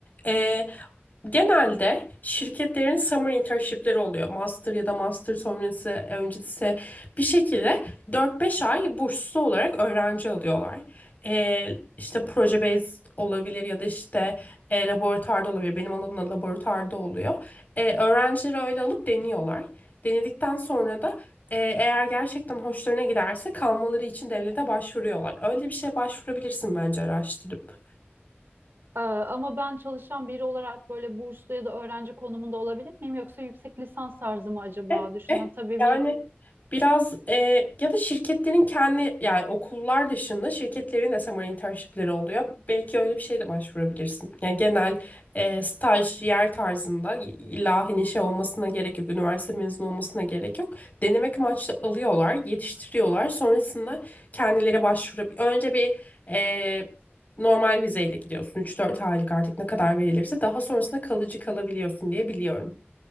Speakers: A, on the left; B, on the right.
A: E, genelde şirketlerin summer internship'leri oluyor. Master ya da master sonrası, öncesi bir şekilde 4-5 ay burslu olarak öğrenci alıyorlar. E, işte proje based olabilir ya da işte e, laboratuvarda olabilir. Benim alanımda laboratuvarda oluyor. E, öğrencileri öyle alıp deniyorlar. Denedikten sonra da e, eğer gerçekten hoşlarına giderse kalmaları için devlete başvuruyorlar. Öyle bir şeye başvurabilirsin bence araştırıp.
B: Ee, ama ben çalışan biri olarak böyle burslu ya da öğrenci konumunda olabilir miyim? Yoksa yüksek lisans tarzı mı acaba?
A: Eh,
B: Düşünün
A: eh,
B: tabii
A: Yani
B: bir
A: biraz eh, ya da şirketlerin kendi yani okullar dışında şirketlerin de summer internshipleri oluyor. Belki öyle bir şey de başvurabilirsin. Yani genel eh, staj yer tarzında illa hani şey olmasına gerek yok. Üniversite mezunu olmasına gerek yok. Denemek amaçlı alıyorlar, yetiştiriyorlar. Sonrasında kendileri başvurabilir. Önce bir eh, normal vizeyle gidiyorsun. üç dört aylık artık ne kadar verilirse daha sonrasında kalıcı kalabiliyorsun diye biliyorum.